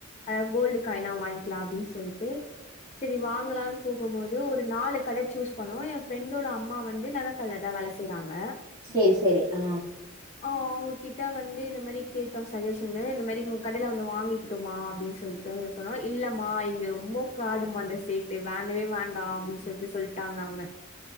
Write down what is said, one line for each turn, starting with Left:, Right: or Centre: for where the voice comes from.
Left: அத கோல்டு <inaudible> <inaudible> சொல்ட்டு சரி வாங்க ங்கலானு போகும்போது ஒரு நாலு கட சூஸ் பண்னோம் என் பிரெண்டோட அம்மா வந்து நகக்கல்ல தான் வேல செய்றாங்க
Right: சேரி சேரி ஆ
Left: ஆ அவங்க கிட்ட வந்து இந்த மாதிரி கேட்டோம் சஜஷன்னு இந்த மாதிரி கடைல வந்து வாங்கிடுமா அப்படின்னு சொல்லிட்டு அவங்க சொன்னா இல்லமா இங்க ரொம்ப ப்ராடுமா இந்த சேடடு வேண்டவே வேண்டாம் அப்படின்னு சொல்லிட்டு சொல்ட்டாங்க அவங்க